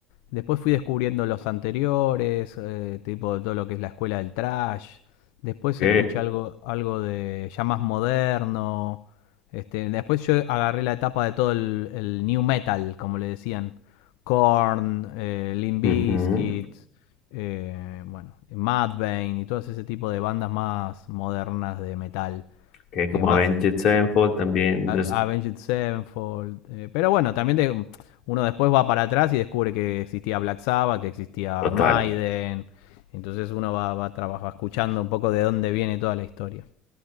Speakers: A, on the left (about 75°); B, on the left (about 55°).
A: Después fui descubriendo los anteriores, eh, tipo de todo lo que es la escuela del trash. Después
B: Ok.
A: escuché algo, algo de ya más moderno. Este, después yo agarré la etapa de todo el, el new metal, como le decían Korn, eh, Limp
B: Ujú,
A: Bizkit, eh, bueno, Mudvayne y todo ese tipo de bandas más modernas de metal.
B: Ok, como
A: Que más.
B: Avenged Sevenfold también. Los,
A: Avenged Sevenfold. eh, pero bueno, también de- uno después va para atrás y descubre que existía Black Sabbath, que existía
B: Total.
A: Maiden. Entonces uno va, va, va escuchando un poco de dónde viene toda la historia.